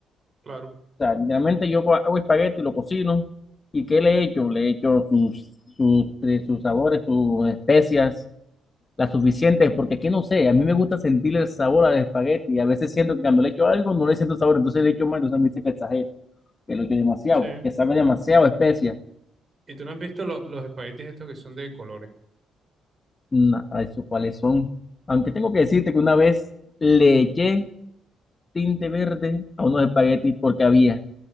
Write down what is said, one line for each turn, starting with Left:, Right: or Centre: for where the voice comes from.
Right: claro.
Left: sea, literalmente yo co- hago espagueti, lo cocino, ¿y qué le echo? Le echo sus, sus, eh, sus sabores, sus especias, las suficientes, porque aquí no sé, a mí me gusta sentir el sabor al espagueti, y a veces siento que cuando le echo algo no le siento el sabor, entonces le echo más, entonces me dice que exagero, que lo echo demasiado,
Right: Sí.
Left: que sabe demasiado a especias.
Right: ¿Y tú no has visto lo- los espaguetis estos que son de colores?
Left: Nada, eso cuáles son. Aunque tengo que decirte que una vez le eché. tinte verde a unos espaguetis porque había.